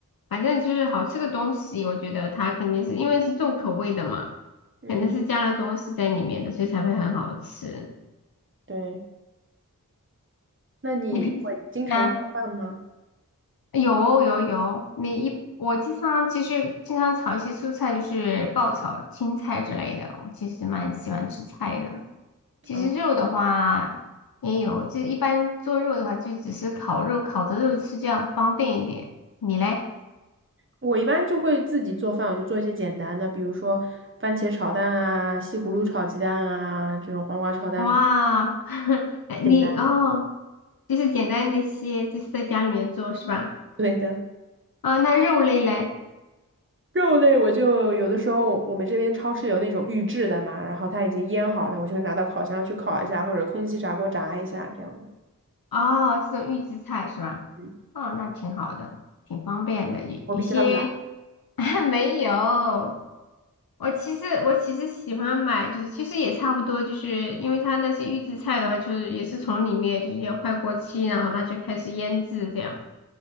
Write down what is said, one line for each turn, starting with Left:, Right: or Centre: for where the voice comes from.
Left: 反正就是好吃的东西，我觉得它肯定是因为是重口味的嘛，
Right: 嗯，
Left: 肯定是加了东西在里面的，所以才会很好吃。
Right: 对。那你会经常做饭吗？
Left: 你平时啊？有有有，你一我经常其实经常炒一些蔬菜，就是爆炒青菜之类的。我其实蛮喜欢吃菜的。其实肉的话也有，
Right: 啊，
Left: 就一般做肉的话就只是烤肉，烤着肉吃，这样方便一点。你嘞？
Right: 我一般就会自己做饭，我就做一些简单的，比如说番茄炒蛋啊、西葫芦炒鸡蛋啊，这种黄瓜炒蛋什么
Left: 哇，<laughs> 哎你哦，
Right: 简单。
Left: 就是简单那些，就是在家里面做是吧？
Right: 对的。
Left: 啊，那肉类嘞？
Right: 肉类我就有的时候我们这边超市有那种预制的嘛，然后它已经腌好的，我就拿到烤箱去烤一下，或者空气炸锅炸一下这样子。
Left: 哦，这种预制菜是吧？
Right: 嗯，
Left: 哦，那挺好的，挺方便的。有有些
Right: 我比较懒。
Left: <laughs> 没有，我其实我其实喜欢买，就是其实也差不多，就是因为它那些预制菜的话，就是也是从里面就是要快过期，然后它就开始腌制这样